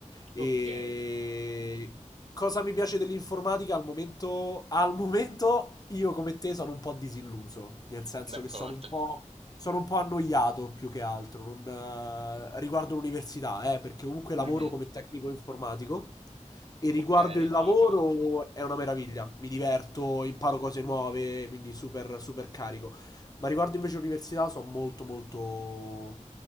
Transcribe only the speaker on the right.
okay,
d'accordo.
Mh-mh,
okay,
ah okay.